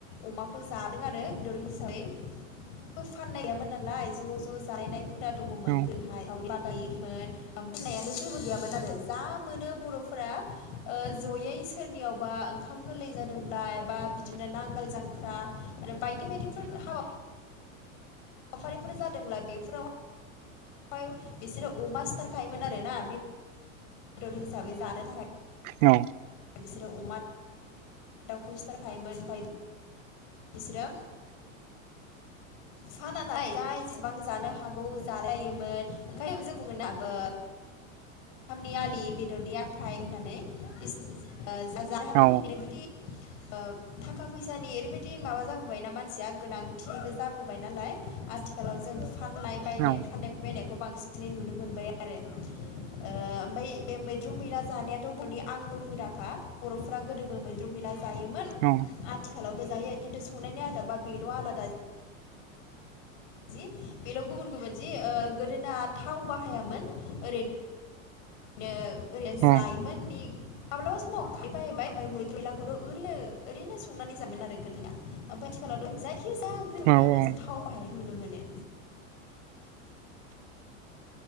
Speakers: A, on the left; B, on the right.
A: अमाखौ जादों आरो बेदर हिसाबै। फाननाय गैयामोन नालाय ज' ज' जालायनाय हुदा दङमोन
B: औ
A: गोदोहाय सावरि बा <unintelligible> मोन <inaudible> होननायानो जेबो गैयामोन आरो जा मोनो बर'फोरा ओ जयै सोरनियावबा खाम गोरलै जादोंब्ला एबा बिदिनो नांगोल जांख्रा आरो बायदि बायदिफोर हाबा हाबाफारिफोर जादोंब्ला बेफोराव <unintelligible> बिसोरो अमा सिथारखायोमोन आरो ना बे दर हिसाबै जानो थाखाय।
B: औ।
A: बिसोरो अमा दाउखौ सिथारायोमोन ओमफ्राय बिसोरो फाना नालाय जाय जेसेबां जानो हागौ जालायोमोन ओंखाय जों बुंङो <unintelligible> ओंखामनि आलि बेदरनि आखाइ होननानै ओ जा-जानो हागौ
B: औ
A: होननाया बिदि ओ थाखा फैसानि ओरैबायदि माबा जाबोबायना मानसिया गोनांथिबो जाबोबाय नालाय आथिखालाव जों फानलाय बायनाय
B: औ
A: फाननाय बायनायखौ बांसिनै नुनो मोनबाय आरो। ओ ओमफ्राय बे मैद्रु मैदा जानायाथ' बर'नि आंगो हुदाखा बर'फ्रा गोदोबो मैद्रु मैला जायोमोन।
B: औ।
A: आथिखालावबो जायो खिन्थु संनायनि आदाब बा बेल' आलादा जि बेल' गुबुन गुबुन जि ओ गोदोना थाव बाहायामोन ओरैनो नो ओरैनो जायोमोन
B: औ
A: बि माब्लाबा समाव खायफाहैबाय ओमफ्राय मैद्रु मैलाखौथ' ओरैनो ओरैनो संनानै जामोन आरो गोदोना। ओमफ्राय आथिखालावथ' जायखिजाया ओंख्रि संनायावनो
B: औ
A: जों थाव बाहायनायखौ नुनो मोनो।